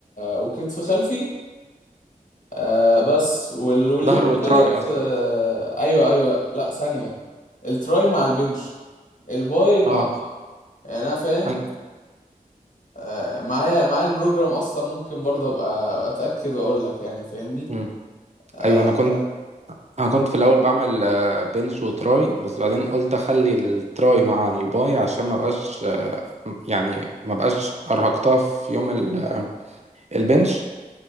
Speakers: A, on the left; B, on the right.
A: وكتف خلفي آه بس وال... واليوم
B: ظهر
A: التالت
B: وتراي قصدك
A: آه ايوه ايوه لا ثانية التراي مع البنش الباي مع
B: اه
A: يعني انا فاهم
B: أنا...
A: آه معايا معايا البروجرام اصلا ممكن برضه ابقى ابقى اتاكد واقول لك يعني فاهمني
B: مم.
A: آه
B: ايوه انا كنت انا كنت في الاول بعمل آه، بنش وتراي بس بعدين قلت اخلي التراي مع الباي عشان ما بقاش آه، يعني ما بقاش ارهقتها في يوم ال- آه، البنش